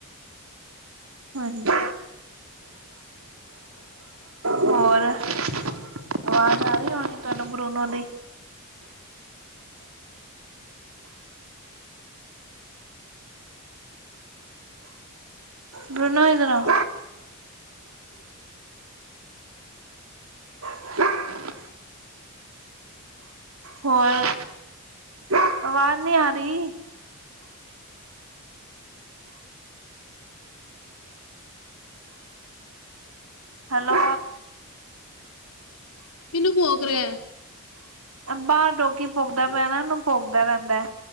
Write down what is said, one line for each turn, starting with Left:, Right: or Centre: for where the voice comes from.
Right: ਹਾਂਜੀ ਹੋਰ <unintelligible> ਆਵਾਜ਼ ਆ ਰਹੀ ਹੋਣੀ ਤੁਹਾਨੂੰ ਬਰੂਨੋ ਦੀ ਬਰੂਨੋ ਇਧਰ ਆ <unintelligible> ਹੋਰ, ਆਵਾਜ਼ ਨੀ ਆ ਰਹੀ। ਹੈਲੋ
Left: ਕਿਨੂੰ ਭੋਕ ਰਿਹੈ?
Right: ਬਾਹਰ ਡੋਗੀ ਭੋਂਕਦਾ ਪਿਆ ਨਾ, ਉਹਨੂੰ ਭੋਂਕਦਾ ਰਹਿੰਦੈ।